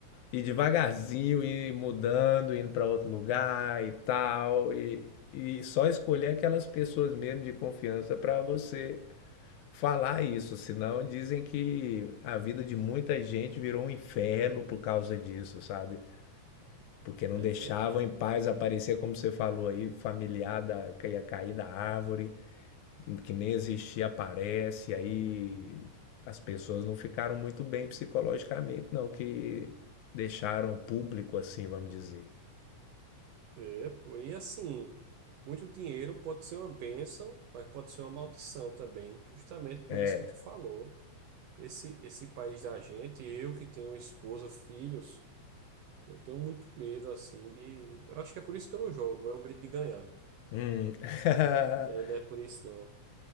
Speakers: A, on the left (about 80°); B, on the right (about 75°).
A: e devagarzinho ir mudando, indo para outro lugar e tal, e, e só escolher aquelas pessoas mesmo de confiança para você falar isso, senão dizem que a vida de muita gente virou um inferno por causa disso, sabe? Porque não
B: É,
A: deixavam
B: é verdade.
A: em paz aparecer, como você falou aí, familiar da, que ia cair da árvore, que nem existia aparece, aí as pessoas não ficaram muito bem psicologicamente, não, que deixaram público assim, vamos dizer.
B: É, pô, e assim, muito dinheiro pode ser uma bênção, mas pode ser uma maldição também, justamente por
A: É,
B: isso que tu falou. Esse, esse país da gente, eu que tenho esposa, filhos, eu tenho muito medo, assim, de... Eu acho que é por isso que eu não jogo, é o medo de ganhar.
A: hum. <laughs>
B: É, não é por isso, não.